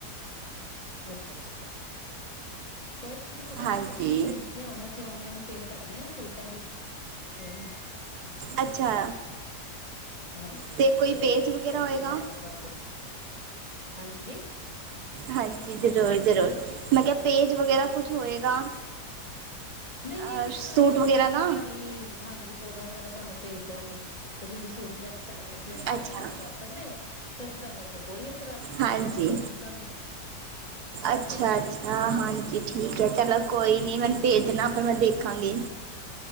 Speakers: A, on the left; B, on the right.
A: ਅੱਛਾ ਅੱਛਾ ਕੋਈ ਨ ਸੂਟ
B: ਹਾਂਜੀ
A: ਖਰੀਦਣੇ ਹੋ ਅਸੀਂ ਤੇ ਔਨਲਾਈਨ ਸੇਲ ਕਰਨੇ ਆ ਸੂਟਾਂ ਦੀ ਨਹੀਂ
B: ਅੱਛਾ
A: ਹਾਂਜੀ
B: ਤੇ
A: ਕੋਈ
B: ਪੇਜ ਵਗੈਰਾ ਹੋਏਗਾ
A: ਡਿਜ਼ਾਇਨ ਹਾਂਜੀ
B: ਹਾਂਜੀ ਜ਼ਰੂਰ ਜ਼ਰੂਰ ਮੈਂ ਕਿਹਾ ਪੇਜ ਵਗੈਰਾ ਕੁਛ ਹੋਏਗਾ
A: ਨਹੀਂ ਨਹੀਂ
B: ਅ
A: ਬਸ ਇਸ
B: ਸੂਟ
A: ਤਰ੍ਹਾਂ ਹੀ ਔਨਲਾਈਨ
B: ਵਗੈਰਾ ਦਾ
A: ਜਿਸ ਤਰ੍ਹਾਂ ਹਾਂਜੀ ਫੋਟੋਆਂ ਵਗੈਰਾ ਤੁਹਾਨੂੰ ਭੇਜ ਦਵਗੇ ਵੀ ਤੁਸੀਂ ਸੂਟ ਸਿਲੈਕਸ ਕਰਕੇ ਸਿਲੈਕਟ
B: ਅੱਛਾ
A: ਕਰਕੇ ਸਾਨੂੰ ਦੱਸ ਸਕਦੇ ਹੋ ਤੇ ਅਸੀਂ ਤੁਹਾਨੂੰ ਅੱਗੋਂ ਕੋਰੀਅਰ ਕਰਾ
B: ਹਾਂਜੀ
A: ਦਾਂਗੇ
B: ਅੱਛਾ
A: ਇਸ ਕਰਕੇ
B: ਅੱਛਾ ਹਾਂਜੀ ਠੀਕ ਹੈ ਚਲੋ ਕੋਈ ਨੀ ਮੈਨੂੰ
A: ਹਾਂਜੀ
B: ਭੇਜਣਾ ਫਿਰ ਮੈਂ ਦੇਖਾਂਗੀ